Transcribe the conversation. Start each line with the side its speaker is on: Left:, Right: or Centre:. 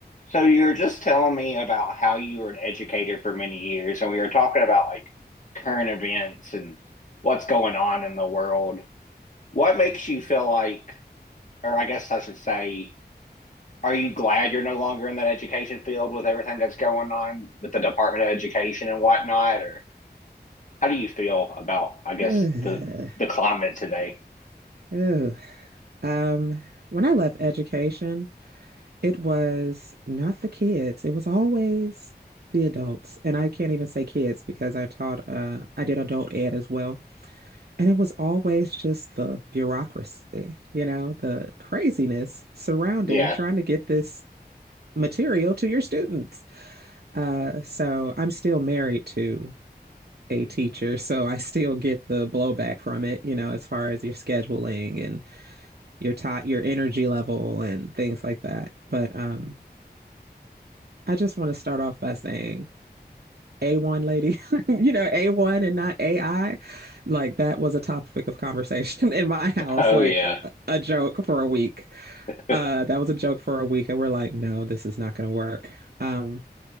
Left: So you were just telling me about how you were an educator for many years, and we were talking about like current events and what's going on in the world. What makes you feel like, or I guess I should say, are you glad you're no longer in that education field with everything that's going on with the Department of Education and whatnot? Or how do you feel about, I guess,
Right: Ugh.
Left: the the climate today?
Right: Ugh. Um, when I left education, it was not the kids. It was always the adults. And I can't even say kids because I taught uh I did adult ed as well. And it was always just the bureaucracy, you know, the craziness surrounding
Left: Yeah.
Right: trying to get this material to your students. Uh, so I'm still married to a teacher, so I still get the blowback from it, you know, as far as your scheduling and your time, your energy level, and things like that. But um, I just want to start off by saying A1 lady, <laughs> you know, A1 and not AI. Like that was a topic of conversation <laughs> in my house,
Left: Oh
Right: like
Left: yeah.
Right: a joke for a week.
Left: <laughs>
Right: Uh, that was a joke for a week. And we're like, no, this is not going to work. Um,